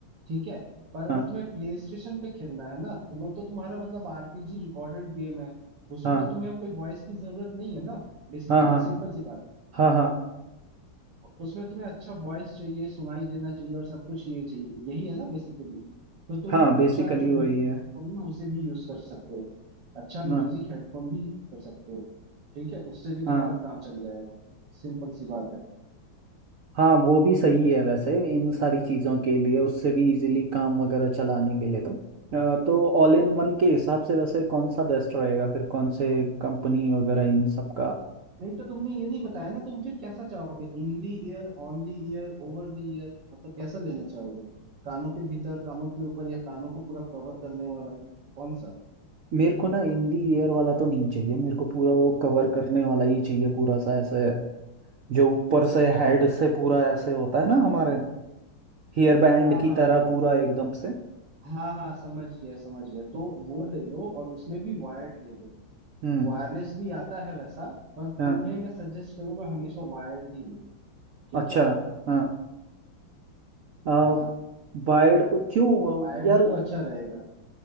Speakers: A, on the right (about 60°); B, on the right (about 85°).
A: ठीक है पर अगर
B: हाँ
A: तुम्हें प्ले स्टेशन पे खेलना है ना तो वो तो तुम्हारा मतलब आरपीजी रिकॉर्डेड गेम है उसमें
B: हाँ
A: तो तुम्हें कोई वॉइस की जरूरत नहीं है ना बेसिकली
B: हाँ हाँ
A: सिंपल सी बात
B: हाँ हाँ
A: उसमें तुम्हें अच्छा वॉइस चाहिए सुनाई देना चाहिए और सब कुछ ये चाहिए यही है ना बेसिकली तो तुम
B: हाँ बेसिकली
A: अच्छा जो म्यूजिक
B: वही है
A: हेडफोन ना उसे भी यूज कर सकते हो अच्छा म्यूजिक
B: हाँ
A: हेडफोन भी यूज कर सकते हो ठीक है उससे भी
B: हाँ
A: तुम्हारा काम चल जाएगा सिंपल सी बात है
B: हाँ वो भी सही है वैसे इन सारी चीज़ों के लिए उससे भी इजीली काम वगैरह चलाने के लिए तो अ, तो ऑल इन वन के हिसाब से वैसे कौन सा बेस्ट रहेगा फिर कौन से कंपनी वगैरह इन सब का
A: नहीं तो तुमने ये नहीं बताया ना तुम फिर कैसा चाहोगे in the ear on the ear over the ear मतलब कैसा लेना चाहोगे कानों के भीतर कानों के ऊपर या कानों को पूरा कवर करने वाला कौन सा
B: मेरे को ना इन दी ईयर वाला तो नहीं चाहिए मेरे को पूरा वो कवर करने वाला ही चाहिए पूरा सा ऐसे जो ऊपर से हेड से पूरा ऐसे होता है ना हमारे हेयर बैंड
A: हाँ
B: की
A: हाँ
B: तरह
A: हाँ
B: पूरा एकदम से
A: हाँ हाँ समझ गया समझ गया तो वो ले लो और उसमें भी वायर्ड ले लो
B: हम्म
A: वायरलेस भी आता है वैसा पर
B: हाँ
A: तुम्हें मैं सजेस्ट करूंगा हमेशा वायर्ड ही लो ठीक
B: अच्छा
A: है
B: हाँ आ,
A: हाँ
B: वायर्ड क्यों
A: वायर्ड
B: अ, यार
A: ही लो अच्छा रहेगा